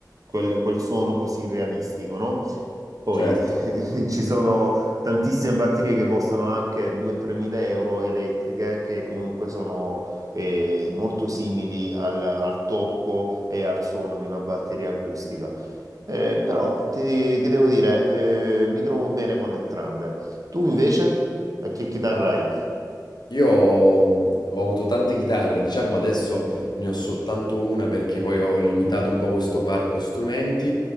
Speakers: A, on the right; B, on the left.
A: quel, quel suono così realistico, no? Poi
B: Certo.
A: <laughs> eh, ci sono tantissime batterie che costano anche 2-3 mila euro elettriche che comunque sono eh, molto simili al, al tocco e al suono di una batteria acustica. Eh, però ti, ti devo dire, eh, mi trovo bene con entrambe. Tu invece? A che chitarra hai?
B: Io mh, ho avuto tante chitarre, diciamo adesso ne ho soltanto una perché poi ho limitato un po' questo parco strumenti,